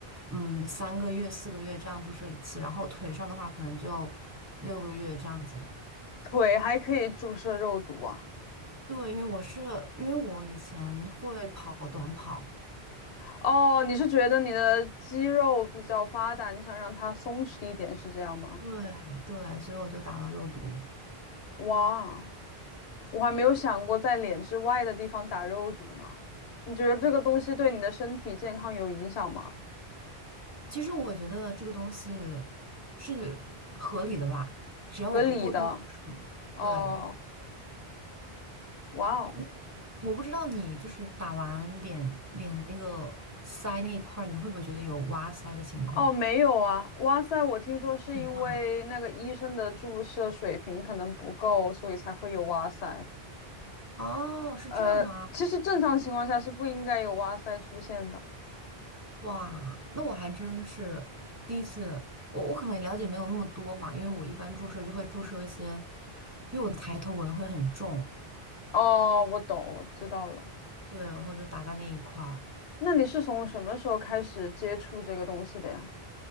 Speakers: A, on the right (about 20°); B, on the left (about 85°).
A: 嗯，三个月、四个月这样注射一次，然后腿上的话可能就六个月这样子。
B: 腿还可以注射肉毒啊？
A: 对，因为我是因为我以前会跑短跑，
B: 哦，你是觉得你的肌肉比较发达，你想让它松弛一点，是这样吗？
A: 对对，所以我就打了肉毒。
B: 哇，我还没有想过在脸之外的地方打肉毒呢。你觉得这个东西对你的身体健康有影响吗？
A: 其实我觉得这个东西是合理的吧，只要我不过度注射对，
B: 合理的。哦，哇哦，
A: 嗯，我不知道你就是打完脸脸那个腮那一块儿，你会不会觉得有挖腮的情况？
B: 哦，没有啊。哇塞，我听说是因为那个医生的注射水平可能不够，
A: 很棒
B: 所以才会有哇塞。
A: 哦，是这样吗？
B: 呃，其实正常情况下是不应该有哇塞出现的。
A: 哇，那我还真是第一次，我我可能也了解没有那么多嘛，因为我一般注射就会注射一些，因为我的抬头纹会很重，
B: 哦，我懂，我知道了。
A: 对，然后就打在那一块儿。
B: 那你是从什么时候开始接触这个东西的呀？